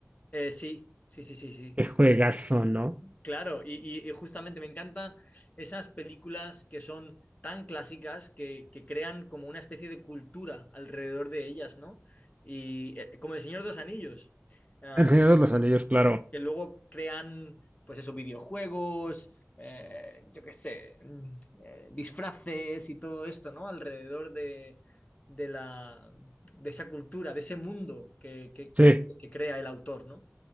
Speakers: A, on the left; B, on the right.
A: Eh, sí, sí, sí, sí, sí.
B: qué juegazo, ¿no?
A: Claro, y, y- y justamente me encantan esas películas que son tan clásicas que, que crean como una especie de cultura alrededor de ellas, ¿no? Y eh, como El Señor de los Anillos, ah,
B: El Señor de los Anillos, claro.
A: que luego crean, pues esos videojuegos, eh, yo qué sé, mm, eh, disfraces y todo esto, ¿no? Alrededor de, de la, de esa cultura, de ese mundo que, que que-
B: Sí,
A: que crea el autor, ¿no?